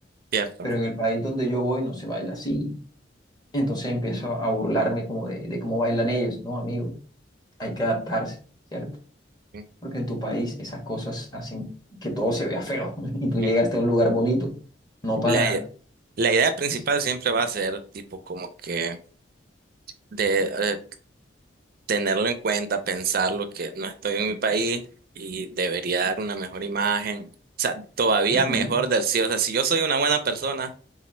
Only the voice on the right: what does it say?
Cierto.
sí,
sí.
La,
la idea principal
siempre va a ser tipo como que de eh, tenerlo en cuenta, pensar lo que no estoy en mi país y debería dar una mejor imagen. O sea, todavía
mejor del sí. O sea, si yo soy una buena persona